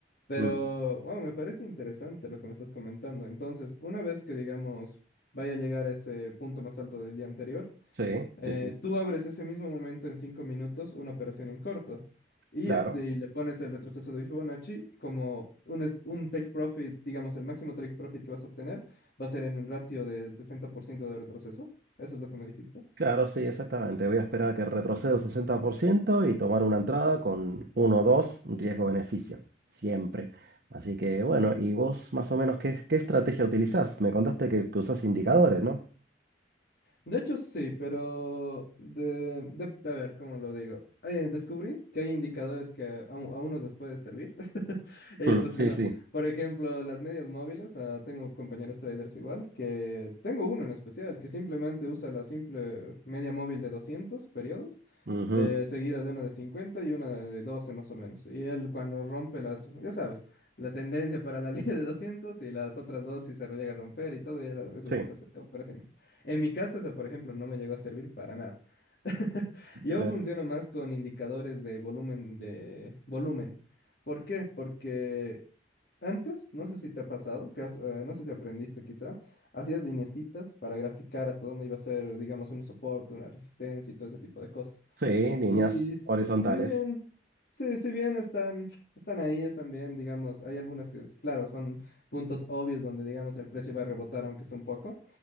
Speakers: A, on the left; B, on the right.
A: Pero,
B: Mm,
A: wow, me parece interesante lo que me estás comentando. Entonces, una vez que, digamos, vaya a llegar a ese punto más alto del día anterior,
B: Sí,
A: eh,
B: sí, sí,
A: tú abres ese mismo momento en cinco minutos una operación en corto. Y,
B: claro.
A: este, y le pones el retroceso de Fibonacci como un, es- un take profit, digamos, el máximo take profit que vas a obtener va a ser en el ratio del 60% de retroceso. Eso es lo que me dijiste.
B: Claro, sí, exactamente. Voy a esperar a que retroceda un 60% y tomar una entrada con uno o 2, un riesgo-beneficio, siempre. Así que bueno, ¿y vos más o menos qué, qué estrategia utilizás? Me contaste que, que usás indicadores, ¿no?
A: De hecho, sí, pero de, de- a ver, ¿cómo lo digo? Eh, descubrí que hay indicadores que a, a unos les puede servir <laughs> y hay
B: Mm,
A: otros
B: sí,
A: que no.
B: sí.
A: Por ejemplo, las medias móviles, ah, tengo compañeros traders igual, que tengo uno en especial que simplemente usa la simple media móvil de 200 periodos,
B: Ujú,
A: eh, seguida de una de 50 y una de 12 más o menos. Y él cuando rompe las, ya sabes, la tendencia para la <laughs> línea de 200 y las otras dos si se llega a romper y todo, y él, eso
B: Sí,
A: es operación en mi caso, eso, por ejemplo, no me llegó a servir para nada. <laughs> Yo
B: eh,
A: funciono más con indicadores de volumen de volumen. ¿Por qué? Porque antes, no sé si te ha pasado, que has- eh, no sé si aprendiste quizá, hacías lineecitas para graficar hasta dónde iba a ser, digamos, un soporte, una resistencia y todo ese tipo de cosas.
B: sí, líneas
A: Y s-
B: horizontales.
A: si bien, sí, si bien están, están ahí, están bien, digamos, hay algunas que, es- claro, son puntos obvios donde, digamos, el precio va a rebotar, aunque sea un poco.